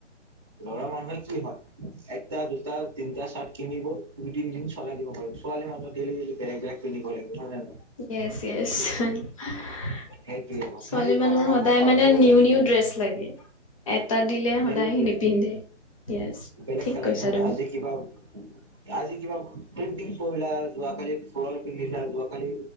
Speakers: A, on the right (about 25°); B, on the left (about 30°).
A: ল'ৰা মানুহে কি হয় এটা দুটা তিনিটা চাৰ্ট কিনিব দুই তিন দিন চলাই দিব পাৰিব। ছোৱালী মানুহে ডেইলি ডেইলি বেলেগ বেলেগ পিন্ধিব লাগিব হয় নে নহয়।
B: য়েছ য়েছ ছোৱালী
A: সেইটোৱে কথা সেইকাৰণে
B: মানুহৰ সদায়
A: মোক কাপোৰ
B: মানে নিউ নিউ ড্ৰেছ লাগে। এটা দিলে সদায়
A: ডেইলি বেলেগ
B: নিপিন্ধে। য়েছ
A: বেলেগ
B: ঠিক
A: কালেকচন,
B: কৈছা তুমি।
A: আজি কিবা আজি কিবা প্ৰিন্টিং পহিলা যোৱা কালি ফ্ৰক পিন্ধিলা যোৱা কালি